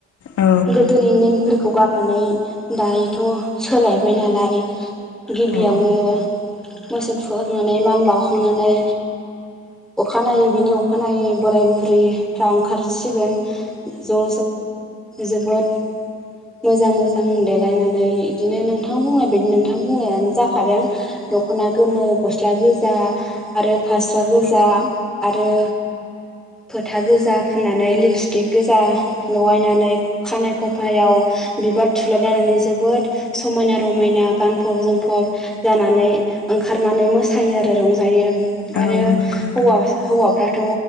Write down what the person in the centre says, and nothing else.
गोदोनि नेम बेखौ गारनानै दायोथ' सोलायबाय नालाय गिबियावनो
मोसौ थुखैखांनानै मान बावखांनानै अखानायै बिनि अखानायै बोराय बुरैफ्रा ओंखारसिगोन ज' ज'नो जोबोद मोजां मोजां देलायनानै बिदिनो नोंथां बुंनाय बायदि नोंथां बुंनायानो जाखादों दख'ना गोमो गस्ला गोजा आरो फास्रा गोजा आरो फोथा गोजा फुननानै लिपस्टिक गोजा लगायनानै खानाय खफायाव बिबार थुलायलायनानै जोबोद समायना रमायना गानफब जोमफब जानानै ओंखारनानै मोसायो आरो रंज जायो
आरो
हौवाफ्राथ'